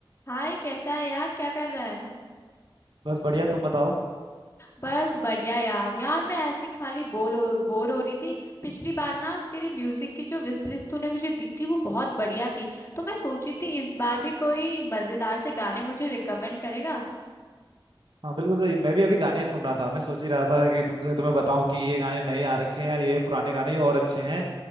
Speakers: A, on the left; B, on the right.
A: हाय कैसा है यार क्या कर रहा है
B: बस बढ़िया तुम बताओ
A: बस बढ़िया यार यार मैं ऐसी खाली बोल हो, बोर हो रही थी पिछली बार ना तेरे म्यूजिक की जो विश लिस्ट तूने मुझे दी थी वो बहुत बढ़िया थी तो मैं सोची थी इस बार भी कोई मजेदार से गाने मुझे रिकमेंड करेगा
B: हाँ बिल्कुल सही मैं भी अभी गाने ही सुन रहा था मैं सोच ही रहा था कि तुमसे तुम्हें बताऊं कि ये गाने नए आ रखे हैं या ये पुराने गाने और अच्छे हैं